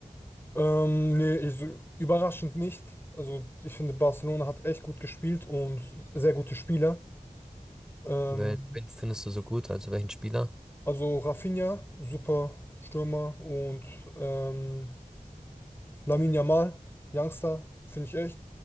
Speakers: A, on the left; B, in the centre.
A: Ähm, nee, ich, so, überraschend nicht. Also ich finde, Barcelona hat echt gut gespielt und sehr gute Spieler. Ähm,
B: Wen, wen findest du so gut? Also welchen Spieler?
A: also Rafinha, super Stürmer und ähm, Lamine Yamal, Youngster, finde ich echt.